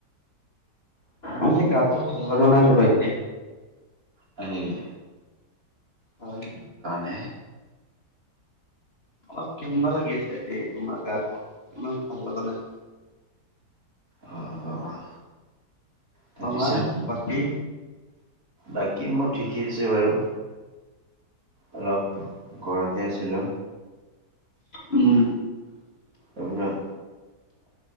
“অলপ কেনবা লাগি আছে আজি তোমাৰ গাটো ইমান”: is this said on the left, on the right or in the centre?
Left